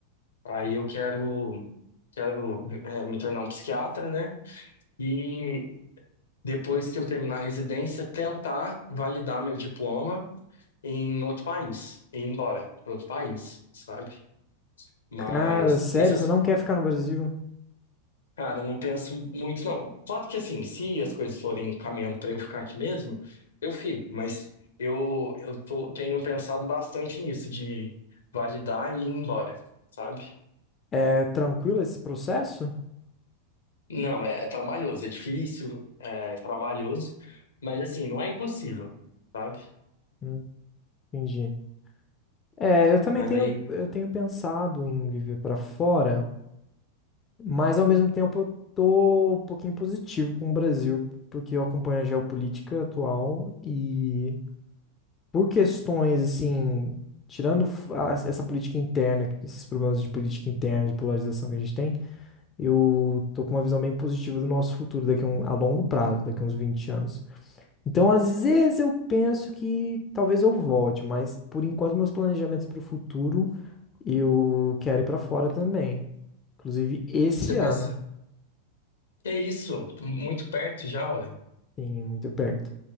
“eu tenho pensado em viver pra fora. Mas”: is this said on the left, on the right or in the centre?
Left